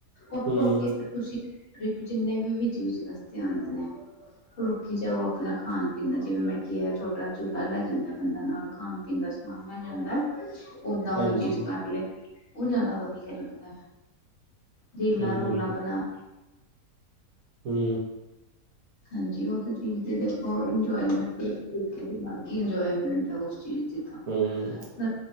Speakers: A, on the left; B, on the right.
A: ਉਸ
B: ਹੂੰ,
A: ਤੋਂ ਅਗੇ ਫਿਰ ਤੁਸੀਂ ਟ੍ਰਿਪ ਚਿਨੇ ਵੀ ਵਿੱਚ -ਵਿਚ ਰਸਤੇ ਆੰਦੇ ਨੇ। ਰੁੱਖੀ ਜਾਓ, ਅਪਣਾ ਖਾਣ-ਪੀਣ ਦਾ, ਜਿਵੇਂ ਮੈਂ ਕੀਐ ਛੋਟਾ ਝੂਲਾ ਲੈ ਜਾਂਦੈ ਬੰਦਾ ਨਾਲ ਖਾਣ ਪੀਣ ਦਾ ਸਮਾਨ ਲੈ ਜਾਂਦੈ, ਓਦਾਂ
B: ਹਾਂਜੀ,
A: ਓਹ ਚੀਜ਼ ਕਰ ਲਏ, ਓਹ ਜੈਦਾ ਵਧੀਆ ਲੱਗਦੈ। ਰੀਲਾਂ-ਰੂਲਾਂ
B: ਹੂੰ, ਹੂੰ,
A: ਬਣਾ
B: ਹੂੰ।
A: ਹਾਂਜੀ, ਓਹ ਤੇ ਚੀਜ਼ ਦੀ ਦੇਖੋ, ਇੰਜੋਮੈਂਟ ਏ ਏਕ ਤਰੀਕੇ ਦੀ, ਦਿਮਾਗੀ ਇੰਜੋਮੈਂਟ ਐ ਉਸ ਚੀਜ਼ ਜਿਦਾ,
B: ਹੂੰ,
A: ਮੈਂ